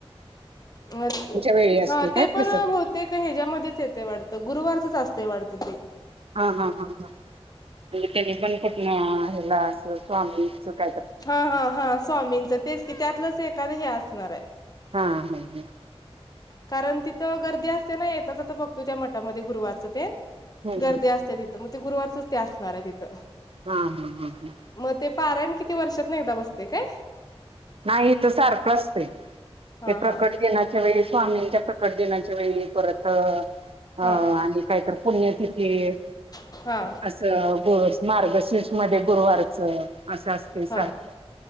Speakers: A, on the left; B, on the right.
A: मस्
B: वेळी असते
A: हा ते
B: काय प्रसाद
A: पण बहुतेक ह्याच्यामध्येच येते वाटत गुरुवारचच अस वाढत ते.
B: हा हा हा हा. म तेनी बण कठ ना हेला स्वामी सुखा
A: हा हा हा स्वामींचं तेच की त्यातलंच एखादं हे असणार आहे
B: हा हा हा
A: कारण तिथं गर्दी असते ना येताच तर बघतो त्या मठामध्ये गुरुवारचं ते
B: ह
A: गर्दी असते तिथं मग ते गुरुवारच ते असणार आहे तिथं
B: हा हा हा ह
A: मग ते पाराण किती वर्षात ना एकदा बसते काय
B: नाही तर सारखं असत
A: हा
B: ते प्रकट
A: हा
B: घण्याच्या वेळे आम्हीच्या तकट देनाच्या वेळी परत आणि
A: हा
B: कायत पुण तिथ क
A: हा
B: असं ग मार्गशीिर्ष मध्ये गुरुवारचं असं असते सारख
A: हा